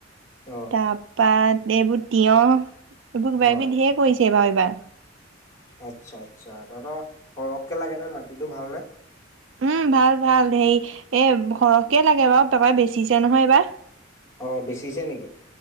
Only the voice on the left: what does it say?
অ',
অ'।
আচ্ছা আচ্ছা তহতৰ সৰহকে লাগে নে নাই? কিন্তু ভালনে?
অহ বেচিছে নেকি?